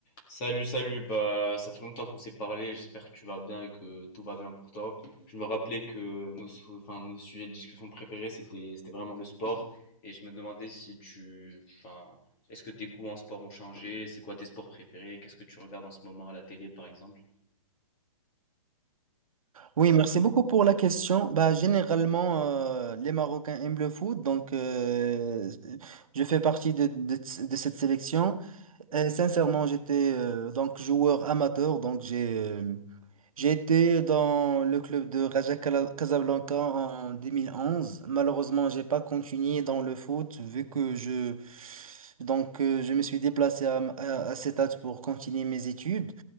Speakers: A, on the left (about 20°); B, on the right (about 70°).
A: Salut, salut, bah ça fait longtemps qu'on s'est parlé, j'espère que tu vas bien et que tout va bien pour toi. Je me rappelais que nos, sou- enfin, nos sujets de discussion préférés, c'était, c'était vraiment le sport. Et je me demandais si tu, enfin, est-ce que tes goûts en sport ont changé? C'est quoi tes sports préférés? Qu'est-ce que tu regardes en ce moment à la télé, par exemple?
B: Oui, merci beaucoup pour la question. Bah, généralement, euh, les Marocains aiment le foot, donc euh, je fais partie de, de, de cette sélection.
A: Mhm,
B: Et sincèrement, j'étais euh, donc joueur amateur, donc j'ai euh, j'ai été dans le club de Raja Cala- Casablanca en 2011. Malheureusement, j'ai pas continué dans le foot vu que je donc euh, je me suis déplacé à, à, à cet âge pour continuer mes études.